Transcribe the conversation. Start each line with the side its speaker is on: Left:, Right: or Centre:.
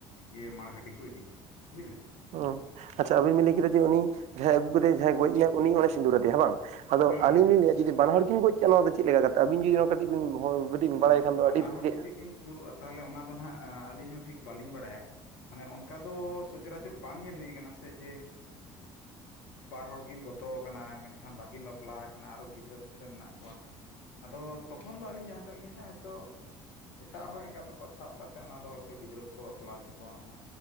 Left: ᱤᱭᱟᱹ ᱢᱟᱲᱜᱷᱟᱴᱤ ᱠᱚ ᱤᱫᱤᱭᱮᱭᱟ ᱵᱩᱡᱞᱮ
Right: ᱚᱸ ᱟᱪᱪᱷᱟ ᱟᱵᱮᱱ ᱵᱮᱱ ᱞᱟᱹᱭ ᱠᱮᱫᱟ ᱡᱮ ᱩᱱᱤ ᱡᱟᱦᱟᱸᱭ ᱟᱹᱜᱩ ᱠᱮᱫᱮᱭᱟᱭ ᱡᱟᱦᱟᱸᱟᱭ ᱜᱚᱡ ᱱᱟ ᱩᱱᱤ ᱚᱱᱮ ᱥᱤᱸᱫᱩᱨ ᱟᱫᱮᱭᱟ ᱦᱮ ᱵᱟᱝ? ᱟᱫᱚ
Left: ᱦᱩᱸ
Right: ᱟᱹᱞᱤᱧ ᱞᱤᱧ ᱞᱟᱹᱭᱼᱟ ᱾ ᱡᱩᱫᱤ ᱵᱟᱱᱟ ᱦᱚᱲ ᱠᱤᱱ ᱜᱚᱡ ᱠᱮᱭᱟ᱾ ᱱᱚᱣᱟ ᱫᱚ ᱪᱮᱫ ᱞᱮᱠᱟ ᱠᱟᱛᱮ ᱟᱹᱵᱤᱱ ᱡᱩᱫᱤ ᱱᱚᱣᱟ ᱠᱟᱹᱴᱤᱡ ᱵᱤᱱ <unintelligible> ᱠᱟᱹᱴᱤᱡ
Left: ᱦᱩᱸ
Right: ᱵᱤᱱ ᱵᱟᱲᱟᱭ ᱠᱷᱟᱱ ᱫᱚ
Left: ᱵᱟᱱᱟ
Right: ᱟᱹᱰᱤ ᱵᱷᱟᱹᱜᱮᱜᱼᱟ᱾
Left: ᱦᱚᱲ ᱡᱩᱫᱤ ᱠᱤᱱ ᱜᱩᱨᱩᱜᱼᱟ, ᱛᱟᱦᱚᱞᱮ ᱚᱱᱟ ᱫᱚ ᱦᱟᱸᱜ ᱟᱹᱞᱤᱧ ᱦᱚᱸ ᱴᱷᱤᱠ ᱵᱟᱹᱞᱤᱧ ᱵᱟᱲᱟᱭᱟ᱾ ᱢᱟᱱᱮ ᱚᱱᱠᱟ ᱫᱚ ᱥᱚᱪᱚᱨᱟᱪᱚᱨ ᱵᱟᱝ ᱧᱮᱞ ᱦᱩᱭ ᱠᱟᱱᱟ ᱥᱮ ᱡᱮᱼᱼ ᱵᱟᱨ ᱦᱚᱲ ᱠᱤᱱ ᱜᱚᱛᱚ ᱠᱟᱱᱟ ᱾ ᱢᱮᱱᱠᱷᱟᱱ ᱵᱟᱹᱠᱤᱱ ᱵᱟᱯᱞᱟ ᱟᱠᱟᱱᱟ᱾ ᱟᱨᱚ ᱜᱤᱫᱽᱨᱟᱹ ᱯᱤᱫᱽᱨᱟᱹ ᱢᱮᱱᱟᱜ ᱠᱚᱣᱟ᱾ ᱟᱫᱚ ᱛᱚᱠᱷᱚᱱ ᱫᱚ ᱟᱹᱞᱤᱧ ᱡᱟᱦᱟᱸᱴᱟᱜ ᱞᱤᱧ ᱦᱚᱭᱛᱳᱼᱼ ᱮᱴᱟᱜ ᱦᱚᱲ ᱮᱸᱜᱟᱛ ᱟᱯᱟᱛ ᱥᱟᱵ ᱠᱟᱛᱮᱫ ᱚᱱᱟ ᱫᱚ ᱾ ᱦᱳᱭᱛᱳ ᱜᱤᱫᱽᱨᱟᱹ ᱠᱚᱠᱚ ᱵᱟᱯᱞᱟ ᱦᱚᱪᱚ ᱠᱚᱣᱟ ᱚᱱᱟᱼᱼ